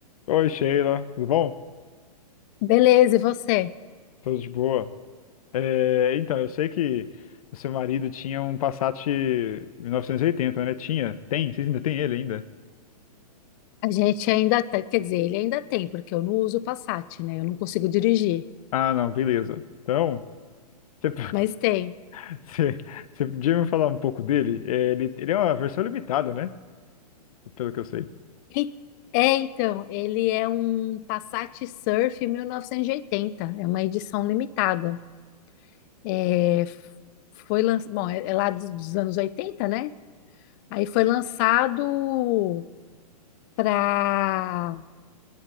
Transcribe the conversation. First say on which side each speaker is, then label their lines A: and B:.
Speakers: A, on the left (about 60°); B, on the left (about 30°).
A: Oi, Sheila. Tudo bom?
B: Beleza, e você?
A: Tudo de boa. É, então, eu sei que o seu marido tinha um Passat 1980, né? Tinha? Tem? Vocês ainda têm ele ainda?
B: A gente ainda tem, quer dizer, ele ainda tem, porque eu não uso o Passat, né? Eu não consigo dirigir,
A: Ah, não, beleza. Então, você,
B: mas tem.
A: <laughs> você, você podia me falar um pouco dele? É, ele, ele é uma versão limitada, né? Pelo que eu sei.
B: E- é, então, ele é um Passat Surf 1980, é uma edição limitada. É, foi lançado, bom, é, é lá dos, dos anos 80, né? Aí foi lançado para